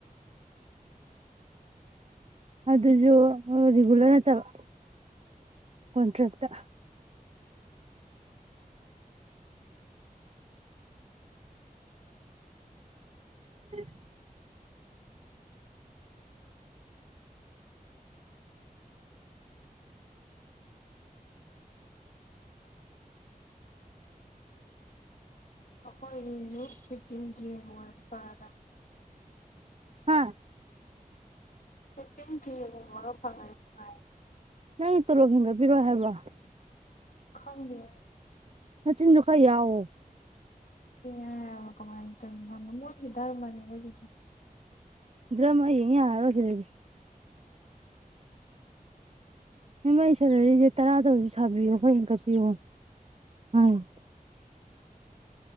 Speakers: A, on the right; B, on the left.
A: ꯑꯗꯨꯁꯨ ꯔꯤꯒꯨꯂꯔ ꯅꯠꯇꯕ ꯀꯣꯟꯇ꯭ꯔꯦꯛꯇ <inaudible>
B: ꯑꯩꯈꯣꯏꯒꯤꯁꯨ ꯐꯤꯐꯇꯤꯟ ꯀꯦꯒ ꯑꯣꯔꯗꯤ ꯐꯔꯗꯝ
A: ꯍꯥ
B: ꯐꯤꯐꯇꯤꯟ ꯀꯦꯒꯨꯝꯕꯒ ꯐꯪꯉꯗꯤ ꯅꯨꯡꯉꯥꯏꯔꫭꯏ
A: ꯅꯪ ꯇꯣꯂꯣꯞ ꯍꯦꯟꯒꯠꯕꯤꯔꯣꯏ ꯍꯥꯏꯕ꯭ꯔꫭ
B: ꯈꯪꯗꯦ
A: ꯅꯆꯤꯟꯗꫭ ꯈꯥ ꯌꯥꯎꯑꯣ
B: ꯍꯥꯏꯕ ꯀꯃꯥꯏꯅ ꯇꯩꯏꯅꫭ ꯃꯣꯏꯒꯤ ꯙꯔꯃꯅꯤꯗ ꯖꯦꯁꯤ
A: ꯗ꯭ꯔꯃ ꯌꯦꯡ ꯌꯥꯔꯔꯣꯏꯁꯤꯗꯗꯤ ꯍꯨꯃꯦꯟ ꯁꯦꯂꯔꯤꯁꯦ ꯇꯔꯥꯗ ꯑꫭꯏꯁꯨ ꯁꯥꯕꯤꯌꯣ ꯈꯔ ꯍꯦꯟꯒꯠꯄꯤꯌꯣ ꯑ ꯎꯝ